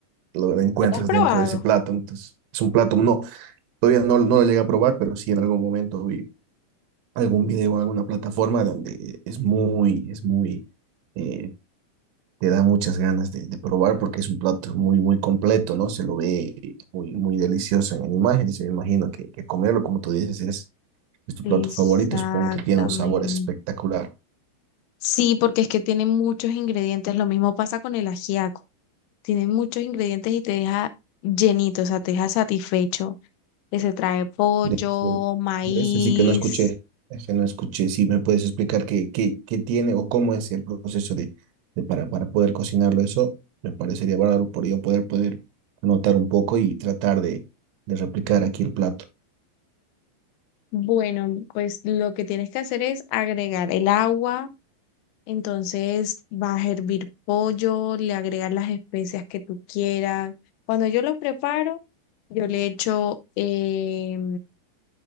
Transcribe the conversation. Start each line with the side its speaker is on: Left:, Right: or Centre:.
Right: lo encuentras
Left: ¿Tú la has probado?
Right: dentro de ese plato. Entonces, es un plato, no, todavía no, no lo llegué a probar, pero sí en algún momento vi algún video en alguna plataforma donde es muy, es muy... eh, te da muchas ganas de, de probar porque es un plato muy, muy completo, ¿no? Se lo ve muy, muy delicioso en imágenes. Me imagino que, que comerlo, como tú dices, es, es tu plato
Left: Exactamente.
Right: favorito. Supongo que tiene un sabor espectacular.
Left: Sí, porque es que tiene muchos ingredientes. Lo mismo pasa con el ajiaco. Tiene muchos ingredientes y te deja llenito, o sea, te deja satisfecho. que se trae pollo,
Right: De ese,
Left: maíz.
Right: de ese sí que no escuché, ese no escuché. Si me puedes explicar qué, qué, qué tiene o cómo es el proceso de, de para, para poder cocinarlo, eso me parecería bárbaro por yo poder, poder anotar un poco y tratar de, de replicar aquí el plato.
Left: Bueno, pues lo que tienes que hacer es agregar el agua. Entonces vas a hervir pollo, le agregas las especias que tú quieras. Cuando yo lo preparo, yo le echo eh,